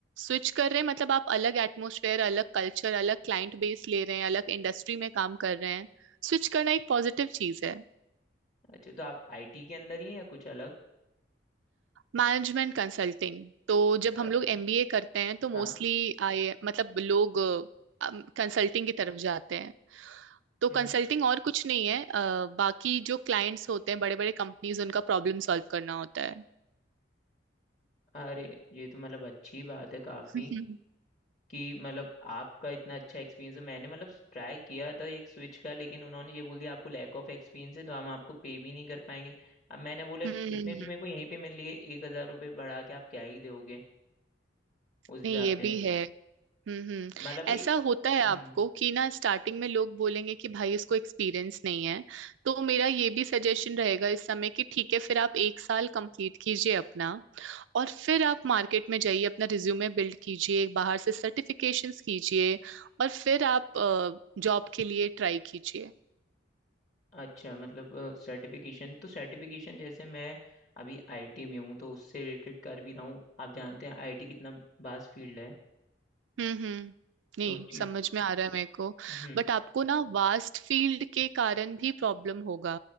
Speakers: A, on the right; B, on the left.
A: स्विच कर रहे हैं मतलब आप अलग एटमोसफेयर अलग कल्चर अलग क्लाइंट बेस ले रहे हैं अलग इंडस्ट्री में काम कर रहे हैं स्विच करना एक पॉजिटिव चीज है
B: अच्छा तो आप आईटी के अंदर ही हैं या कुछ अलग
A: मैनेजमेंट कंसल्टिंग तो जब हम
B: अरे
A: लोग एमबीए करते हैं तो मोस्टली
B: हाँ
A: आई मतलब लोग कंसल्टिंग की तरफ जाते हैं तो
B: हम्म
A: कंसल्टिंग और कुछ नहीं है अ, बाकी जो क्लाइंट्स होते हैं बड़े बड़े कंपनीज उनका प्रॉब्लम सॉल्व करना होता है
B: अरे ये तो मतलब अच्छी बात है काफी
A: <laughs> हम्म
B: कि मतलब आपका इतना अच्छा एक्सपीरियंस है मैंने मतलब ट्राई किया था एक स्विच का लेकिन उन्होंने ये बोल दिया आपको लैक ऑफ एक्सपीरियंस है तो हम आपको पे भी नहीं कर पाएंगे अब मैंने बोला
A: हम्म,
B: इतने
A: हम्म,
B: तो मेरे को यहीं पे मिल लिए एक हजार रुपये बढ़ा के आप क्या ही दोगे उस हिसाब
A: नहीं ये
B: से
A: भी है हम्म हम्म
B: मतलब एक
A: ऐसा होता है आपको
B: हम्म,
A: कि ना स्टार्टिंग में लोग बोलेंगे कि भाई इसको एक्सपीरियंस नहीं है तो मेरा ये भी सजेशन रहेगा इस समय कि ठीक है फिर आप एक साल कंप्लीट कीजिए अपना और फिर आप मार्केट में जाइए अपना रिज्यूमे बिल्ड कीजिए बाहर से सर्टिफिकेशंस कीजिए और फिर आप जॉब के लिए ट्राई कीजिए
B: अच्छा मतलब सर्टिफिकेशन तो सर्टिफिकेशन जैसे मैं अभी आईटी में हूँ तो उससे रिलेटेड कर भी रहा हूँ आप जानते हैं आईटी कितना वास्ट फील्ड है
A: हम्म हम्म नहीं
B: तो उस चीज़
A: समझ
B: को
A: में आ रहा है मेरे को
B: हम्म
A: बट आपको ना वास्ट फील्ड के कारण भी प्रॉब्लम होगा